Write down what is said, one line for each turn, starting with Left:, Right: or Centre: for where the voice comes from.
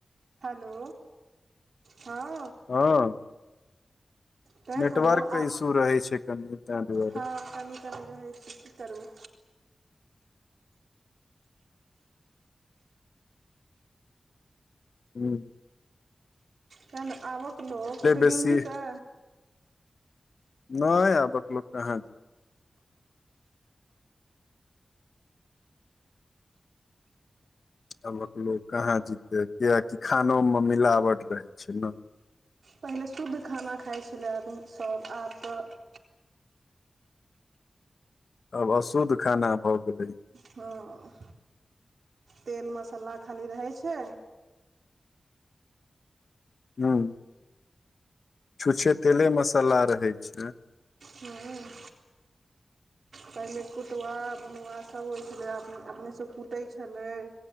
Right: हेलो हँ
Left: हँ
Right: तैँ
Left: नेटवर्क
Right: कहलहुँ आ
Left: के इशू रहे छै कनि ताहि दुआरे
Right: हँ कनि कनी रहै छिय की करबै
Left: हूँ
Right: तैं न आबक लोक ओते
Left: बेसी
Right: दिन जीतै
Left: नहि आबक लोक कहाँ आबक लोक कहाँ जीतै किएकि खानोमे मिलावट रहै छै ने
Right: पहिले शुद्ध खाना खाइ छलै आदमीसभ आब तऽ
Left: अब अशुद्ध खाना भऽ गेलै
Right: हँ तेल मसाला खाली रहै छै
Left: ह्म छुच्छे तेले मसाला रहै छै
Right: हूँ तमे कुटब बुनुआ सब होइ छलै अपने से कुटै छलै